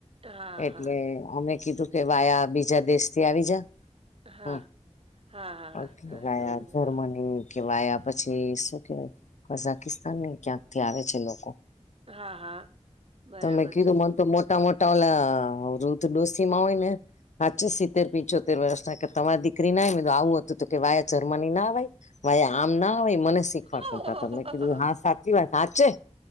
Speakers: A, on the right; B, on the left.
A: હા
B: એટલે
A: હા.
B: અમે કીધું કે વાયા બીજા દેશ થી આવી જા.
A: હા
B: હ,
A: હા હા
B: ઓ
A: હા સારું
B: જર્મની <unintelligible> કેવાયા પછી શું કેવાય, કઝાકિસ્તાન ને ક્યાંક થી આવે છે લોકો.
A: હા હા બરાબર
B: તમે કીધું
A: છે
B: મન તો મોટ ટ મોટા વા રૂધ ડોસી માં હોય ને. હાચી સિત્તેર પિચોતેર વર્ષ ના તમારી દીકરી ના આવું હતું તો કે વાયા જર્મની ના આવેય. ભાઈ આમ ના હોય મનિકખ
A: હા
B: તમે કીધું હા સાચી વાત સાચે,